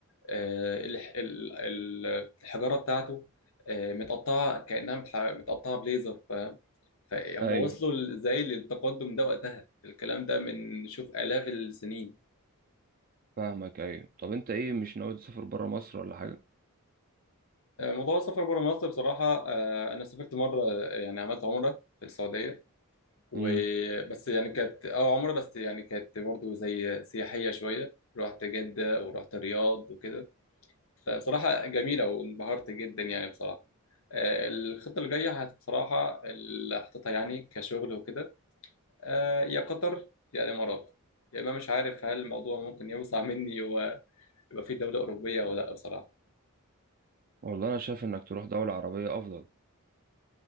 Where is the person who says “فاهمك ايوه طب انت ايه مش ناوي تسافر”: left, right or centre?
Right